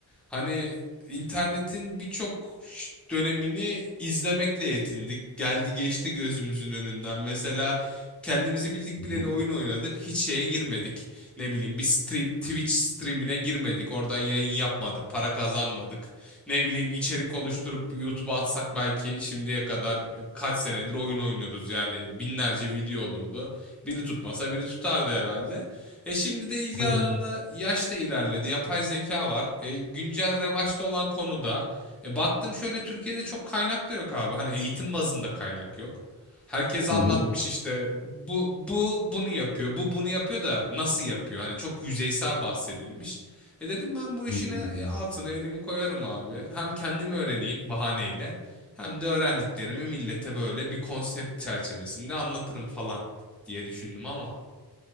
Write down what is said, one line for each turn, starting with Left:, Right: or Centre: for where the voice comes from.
Centre: Hani internetin birçok ş- dönemini izlemekle yetindik. Geldi geçti gözümüzün önünden. Mesela kendimizi bildik bileli
Left: hı.
Centre: oyun oynadık. Hiç şeye girmedik. Ne bileyim bir stream Twitch streamine girmedik. Oradan yayın yapmadık. Para kazanmadık. Ne bileyim içerik oluşturup YouTube'a atsak belki şimdiye kadar e, kaç senedir oyun oynuyoruz. Yani binlerce video olurdu. Biri tutmasa biri tutardı herhalde. E şimdi de ilgi
Left: Aynen.
Centre: alanımda yaş da ilerledi. Yapay zeka var. E, güncel revaçta olan konuda. E, baktım şöyle Türkiye'de çok kaynak da yok abi. Hani eğitim bazında kaynak yok. Herkes anlatmış
Left: Hı hı.
Centre: işte bu bu bunu yapıyor. Bu bunu yapıyor da nasıl yapıyor? Hani çok yüzeysel bahsedilmiş. E dedim ben bu
Left: Hmm.
Centre: işin e- altına elimi koyarım abi. Hem kendim öğreneyim bahaneyle. Hem de öğrendiklerimi millete böyle bir konsept çerçevesinde anlatırım falan diye düşündüm ama.